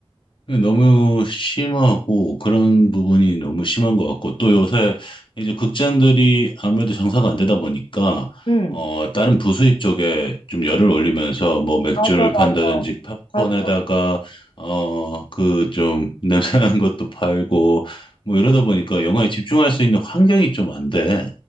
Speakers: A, on the left; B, on the left.
A: 너무 심하고 그런 부분이 너무 심한 것 같고 또 요새 이제 극장들이 아무래도 장사가 안 되다 보니까
B: 응,
A: 어 다른 부수입 쪽에 좀 열을 올리면서 뭐 맥주를
B: 맞아,
A: 판다든지
B: 맞아.
A: 팝콘에다가
B: 맞아.
A: 어 그 좀 <laughs> 냄새나는 것도 팔고 뭐 이러다 보니까 영화에 집중할 수 있는 환경이 좀 안 돼.